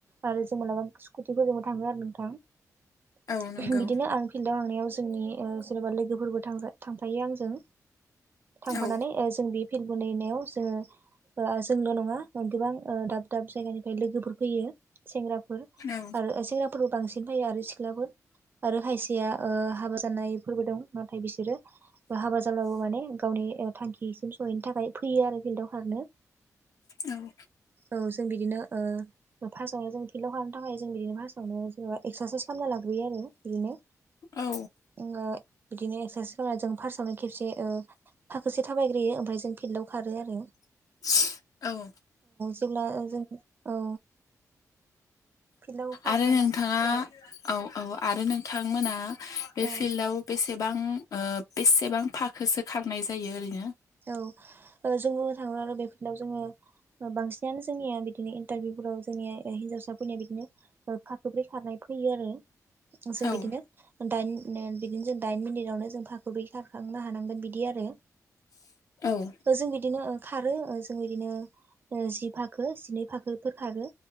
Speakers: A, on the right; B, on the left.
A: आरो जों मालाबा स्कुटिफोरजोंबो थाङो आरो नोंथां
B: औ नंगौ
A: बिदिनो आं फिल्डाव थांनायाव जोंनि ओ जेनेबा लोगोफोरबो थांजा थांफायो आंजों। थांफानानै
B: औ
A: ओ जों बे फिल्ड बनायनायाव जोङो ओ जोंल' नङा गोबां ओ दाब दाब जायगानिफाय लोगोफोर फैयो सेंग्रा <unintelligible>
B: औ
A: आरो सेंग्राफोरबो बांसिन फैयो आरो सिख्लाफोर आरो खायसेया ओ हाबा जानायफोरबो दं नाथाय बिसोरो हाबा जाब्लाबो माने गावनि थांखिसिम सहैनो थाखाय फैयो आरो फिल्डाव खारनो
B: उम
A: औ जों बिदिनो ओ फार्स्टआवहाय जों फिल्ड आव हाबनो थाखाय जों बिदिनो फार्स्टआवनो जेनेबा एक्सारसाइस खामना लाग्रोयो आरो बिदिनो
B: औ
A: ओ बिदिनो एक्सारसाइस खालामनानै जों फार्टआवावनो खेबसे ओ थाखोसे थाबायग्रोयो ओमफाय जों फिल्डाव खारो आरो
B: <unintelligible> औ औ
A: जेब्ला ओ जों औ फिल्डआव खारखांनानै
B: आरो नोंथाङा
A: औ
B: औ औ आरो नोंथांमोना बे
A: औ
B: फिल्डआव बेसे सेबां ओ बेसेबां फाखोसो खारनाय जायो ओरैनो
A: औ ओ जों बुंनो थाङो आरो बे <inaudible> जोङो बांसिनानो जोंनिया बि बिदिनो इन्टारभिउफोराव जोंनिया ओ हिन्जावसाफोरनिया बिदिनो फाखोब्रै खारनाय फैयो आरो जों
B: औ
A: बिदिनो दाइन बिदिनो जों दाइन मिनिटावनो जों फाखोब्रै खारखाङो नो हानांगोन बिदि आरो
B: औ
A: ओ जों बि दिनो ओ खारो ओ जों बिदिनो जि फाखो जिनै फाखोफोर खारो